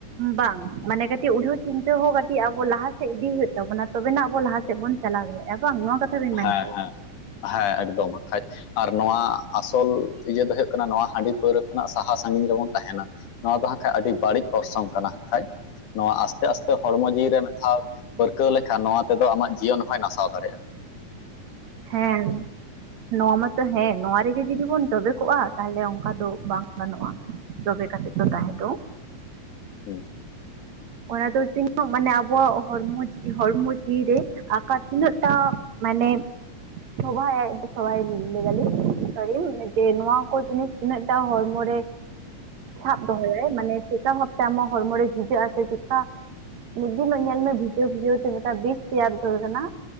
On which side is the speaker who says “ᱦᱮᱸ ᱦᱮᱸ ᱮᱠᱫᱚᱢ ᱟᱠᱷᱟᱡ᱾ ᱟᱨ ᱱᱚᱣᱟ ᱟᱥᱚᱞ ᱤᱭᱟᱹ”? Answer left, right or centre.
Left